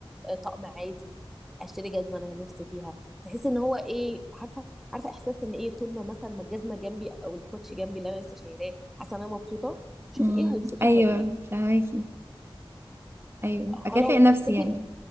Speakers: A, in the centre; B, on the right.
A: آه، طقم عادي اشتري جزمه انا نفسي فيها تحس ان هو ايه عارفه عارفه احساس ان ايه طول ما مثلا ما الجزمه جنبي او الكوتش جنبي اللي انا لسه شايراه حاسه ان انا مبسوطه شوفي
B: امم
A: ايه هيبسطك
B: ايوه
A: واعمليه
B: فهماكي ايوه
A: خلاص
B: اكافئ نفسي
A: تدي
B: يعني